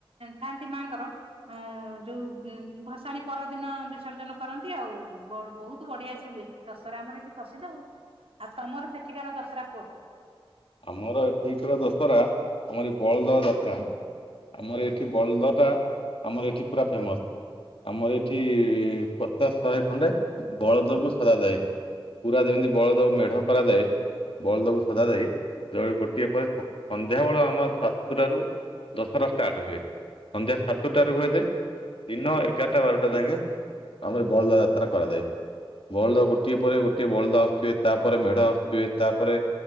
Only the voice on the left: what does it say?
ଆମର ଏଠିକାର ଦଶହରା ଆମର ଏ ବଳଦ ଯାତ୍ରା। ଆମର ଏଠି ବଳଦ ଟା ଆମର ଏଠି ପୁରା ଫେମସ୍। ଆମର ଏଇଠି ଇ ପଚାଶ ଶହେ ଖଣ୍ଡେ ବଳଦକୁ ସଜାଯାଏ। ପୁରା ଯେମିତି ବଳଦେବ ମେଢ କରାଯାଏ ବଳଦକୁ ସଜା ଯାଇ ଜଣେ ଗୋଟିଏ ପରେ ସନ୍ଧ୍ୟାବେଳ ଆମ ସାତଟାରୁ ଦଶରା ଷ୍ଟାର୍ଟ ହୁଏ। ସନ୍ଧ୍ୟା ସାତଟାରୁ ହୁଏ ଯେ ଦିନ ଏଗାରଟା ବାରଟା ଯାକେ ଆମର ବଳଦ ଯାତ୍ରା କରାଯାଏ । ବଳଦ ଗୋଟିଏ ପରେ ଗୋଟିଏ ବଳଦ ଆସୁଥିବେ ତାପରେ ମେଢ ଆସୁଥିବେ, ତାପରେ